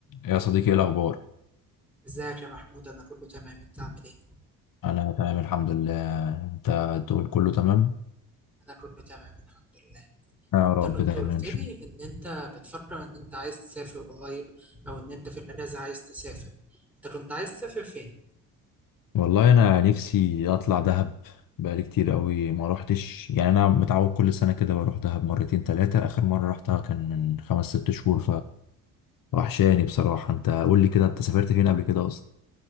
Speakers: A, on the left; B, in the centre.
A: يا صديقي ايه الاخبار
B: ازيك يا محمود انا كله تمام انت عامل ايه
A: انا تمام الحمد لله انت الدول كله تمام
B: انا كله تمام الحمد لله
A: يا
B: انت
A: رب
B: كنت
A: دايما
B: قلت
A: إن
B: لي
A: شاء الله.
B: ان انت بتفكر ان انت عايز تسافر قريب او ان انت في الاجازه عايز تسافر انت كنت عايز تسافر فين
A: والله انا نفسي اطلع دهب بقالي كتير قوي ما روحتش يعني انا متعود كل سنه كده بروح دهب مرتين ثلاثه اخر مره رحتها كان من خمس ست شهور فوحشاني بصراحه انت قول لي كده انت سافرت فين قبل كده اصلا